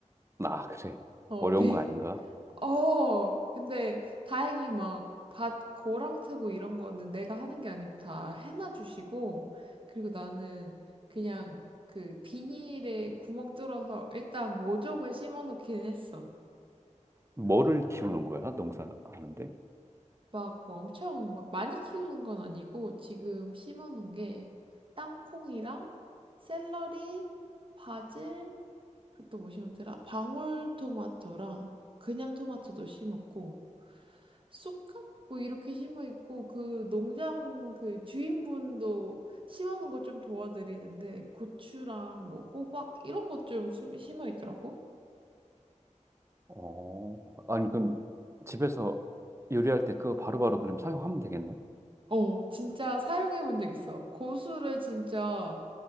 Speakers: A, on the right; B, on the right.
A: 아 그래
B: 어,
A: 어려운
B: 되게,
A: 거 아닌가?
B: 어, 근데 다행히 막 밭 고랑 트고 이런 거는 내가 하는 게 아니고 다 해놔 주시고 그리고 나는 그냥 그 비닐에 구멍 뚫어서 일단 모종을 심어 놓기는 했어.
A: 뭐를 키우는 거야 농사하는데?
B: 막 뭐 엄청 막 많이 키우는 건 아니고 지금 심어 놓은 게 땅콩이랑 샐러리, 바질, 그리고 또 뭐 심었더라? 방울토마토랑 그냥 토마토도 심었고 쑥갓 뭐 이렇게 심어 있고 그 농장 그 주인분도 심어 놓은 거 좀 도와드리는데 고추랑 뭐 호박 이런 것 좀 심어 있더라고.
A: 어, 아니, 그럼 집에서 요리할 때 그거 바로바로 그럼 사용하면 되겠네?
B: 어, 진짜 사용해 본 적 있어. 고수를 진짜